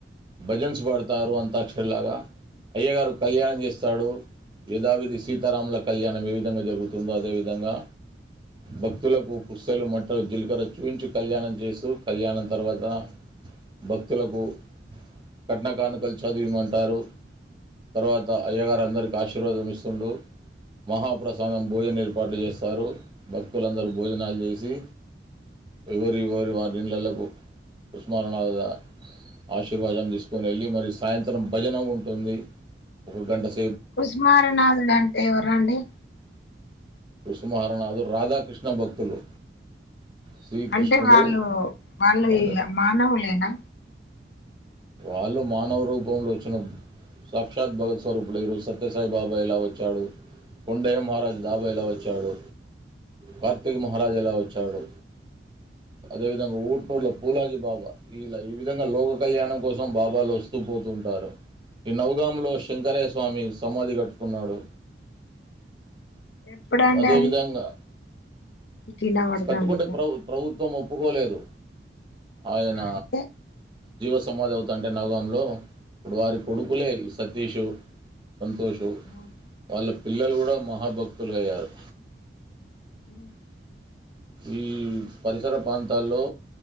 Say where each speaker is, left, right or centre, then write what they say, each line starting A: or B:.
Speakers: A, on the right; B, on the left.
A: భజన్స్ పాడుతారు అంతాక్షరి లాగా అయ్య గారు కళ్యాణం చేస్తాడు యధావిధి సీతారాముల కళ్యాణం ఏ విధంగా జరుగుతుందో అదేవిధంగా భక్తులకు పుసేలు మేట్టేలు జీలకర్ర చూపించి కళ్యాణం చేస్తూ కళ్యాణం తర్వాత భక్తులకు కట్నకానుకలు చదివిమంటారు తర్వాత అయ్య గారు అందరికీ ఆశీర్వాదం ఇస్తుండు మహాప్రసాదం భోజనం ఏర్పాట్లు చేస్తారు భక్తులందరూ భోజనాలు చేసి ఎవరి ఎవరి వారి ఇండ్లలకు ఉస్మానునాద ఆశీర్వాదం తీసుకని వెళ్ళి మరి సాయంత్రం భజన ఉంటుంది ఒక గంట సే
B: ఉస్మానునాదుడు అంటే ఎవరండి
A: విశ్వ మహా నాధుడు రాధాకృష్ణ భక్తులు శ్రీకృష్ణుడు
B: అంటే వాళ్ళు వాళ్ళది
A: రాధ
B: మానవులేనా
A: వాళ్ళు మానవ రూపంలో వచ్చిన సాక్షాత్ భగత్ స్వరూపులు ఈరోజు సత్యసాయి బాబ ఎలా వచ్చాడు కొండేయ మహారాజు దాబ ఎలా వచ్చాడు కార్తీక మహారాజు ఎలా వచ్చాడు అదేవిధంగా ఊట్నూర్లో
B: ఉమ్,
A: పూలాజీ బాబా ఇలా ఈ విధంగా లోక కళ్యాణం కోసం బాబాలు వస్తూ పోతుంటారు ఈ నౌగాములో
B: ఉమ్.
A: శంకరయ్య స్వామి సమాధి కట్టుకున్నాడు
B: ఎప్పుడండి
A: అదే
B: అది
A: విధంగా
B: ఇటు వినబడతాంది
A: కట్టుకుంటే
B: పో
A: ప్ర ప్రభుత్వం ఒప్పుకోలేదు ఆయన
B: ఆ, అయితే
A: జీవస్ సమాధి అవుతా ఉంటే నవగాంలో అప్పుడు వారి కొడుకులే సతీషు సంతోషు
B: ఉమ్,
A: వాళ్ళ పిల్లలు కూడా మహాభక్తులు అయ్యారు
B: ఉమ్
A: ఈ పరిసర ప్రాంతాల్లో